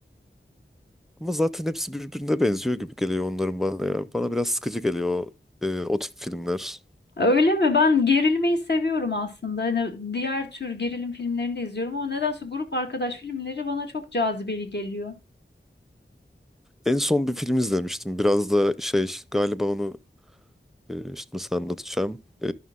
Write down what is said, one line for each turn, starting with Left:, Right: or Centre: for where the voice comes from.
Centre: Ama zaten hepsi birbirine benziyor gibi geliyor onların bana ya. Bana biraz sıkıcı geliyor o, e, o tip filmler.
Left: Öyle mi? Ben gerilmeyi seviyorum aslında. Hani diğer tür gerilim filmlerini de izliyorum ama nedense grup arkadaş filmleri bana çok cazibeli geliyor.
Centre: En son bir film izlemiştim. Biraz da şey galiba onu e, işte nasıl anlatacağım. E,